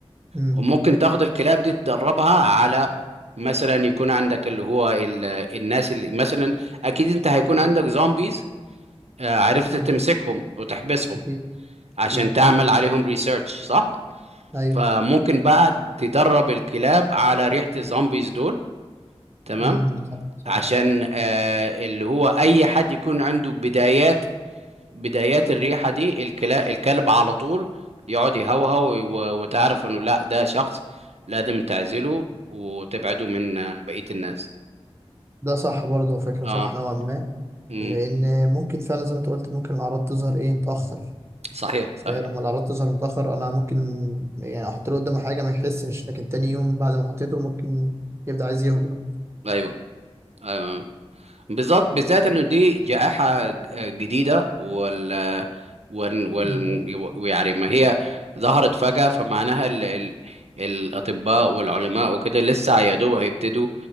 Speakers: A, on the right; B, on the right.
A: مم.
B: وممكن تاخد الكلاب دي تدربها على مثلا يكون عندك اللي هو ال- الناس اللي مثلا اكيد انت هيكون عندك زومبيز آه، عرفت تمسكهم
A: مم.
B: وتحبسهم
A: اكيد
B: عشان
A: اكيد
B: تعمل عليهم ريسيرش صح
A: ايوه
B: فممكن بقى تدرب الكلاب على ريحة الزومبيز دول تمام
A: امم صح صح
B: عشان آه اللي هو اي حد يكون عنده بدايات بدايات الريحة دي الكلاب الكلب على طول يقعد يهوهو و- وتعرف انه لا ده شخص لازم تعزله وتبعده من آه، بقية الناس
A: ده صح برضه فكرة
B: اه
A: صح نوعا ما
B: امم
A: لأن ممكن فعلا زي ما انت قلت ممكن الأعراض تظهر إيه متأخر
B: صحيح صحيح
A: فلما الأعراض تظهر متأخر أنا ممكن يعني أحط له قدامه حاجة ما يحسش لكن تاني يوم بعد ما حطيته ممكن يبدأ عايز يهجم
B: ايوه ايوه بالذات بالذات انه دي جائحة جديدة وال وال وال-
A: مم.
B: ويعني ما هي ظهرت فجأة فمعناها ال... ال... الأطباء والعلماء وكده لسه يا دوب هيبتدوا